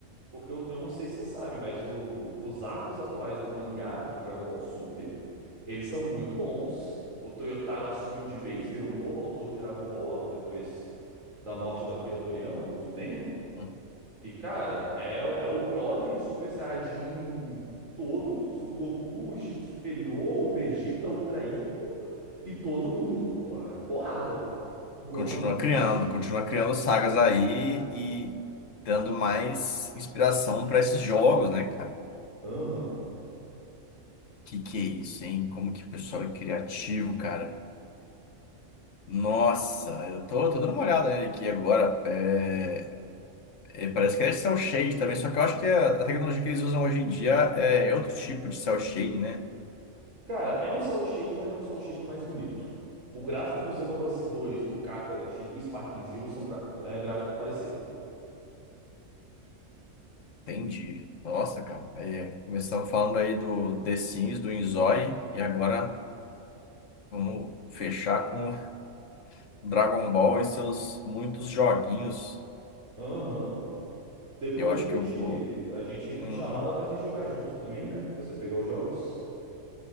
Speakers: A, on the right (about 85°); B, on the left (about 70°).
A: Porque eu, eu não sei se você sabe, mas o- os arcos atuais do mangá do Dragon Ball Super, eles são muito bons. O Toyotaro assumiu de vez, virou o novo autor de Dragon Ball depois da morte do Akira Toriyama, que Deus o tenha.
B: Hum.
A: E, cara, é, o- é o Broly, Super Saiyajin, todos, o Goku, o Instinto Superior, o Vegeta, o Ultra Ego e todo mundo, pô. É Porrada. Gohan
B: Continua
A: Beast.
B: criando, continua criando sagas aí e dando mais inspiração pra esses jogos, né, cara?
A: Aham.
B: Que que é isso, hein? Como que o pessoal é criativo, cara. Nossa, eu tô, tô dando uma olhada nele aqui agora. É, é, parece que é cel shade também, só que eu acho que a, a tecnologia que eles usam hoje em dia é, é outro tipo de cel shade, né?
A: Cara, é um Soul Shade, mas é um Soul Shade mais bonito. O gráfico do Xenoverse 2, do Kakarot e do Sparking Zero são gra- é gráfico parecido.
B: Entendi. Nossa, cara. Aí, é, começamos falando aí do The Sims, do Inzói, e agora vamos fechar com Dragon Ball e seus muitos joguinhos.
A: Aham. Depois
B: Eu acho
A: a gente
B: que eu vou.
A: a gente entra
B: Uhum.
A: em chamada pra gente jogar junto também, né? Pra você pegar os jogos.